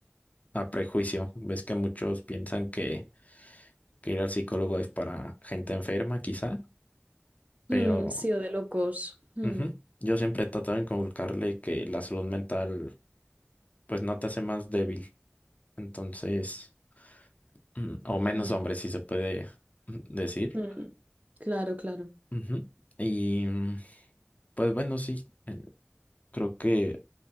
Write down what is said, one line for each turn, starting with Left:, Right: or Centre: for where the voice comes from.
Left: a prejuicio. Ves que muchos piensan que, que ir al psicólogo es para gente enferma, quizá. Pero
Right: Mm, sí, o de locos. Mm,
Left: ujú, yo siempre he tratado de inculcarle que la salud mental pues no te hace más débil. Entonces, mm, o menos
Right: mm,
Left: hombre, si se puede mm, decir.
Right: mm. Claro, claro.
Left: Ujú. Y mm, pues bueno, sí, eh, creo que